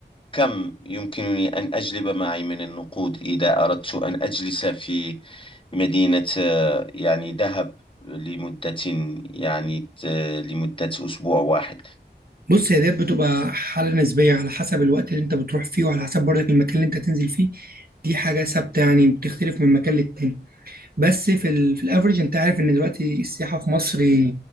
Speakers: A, on the left (about 30°); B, on the right (about 55°).
A: كم يمكنني أن أجلب معي من النقود إذا أردت أن أجلس في مدينة آه، يعني دهب لمدة يعني ت- لمدة أسبوع واحد
B: بص هي ديت بتبقى حالة نسبية على حسب الوقت اللي انت بتروح فيه وعلى حسب برضك المكان اللي انت تنزل فيه دي حاجة ثابتة يعني بتختلف من مكان للتاني بس في ال في الافريج انت عارف ان دلوقتي السياحة في مصر من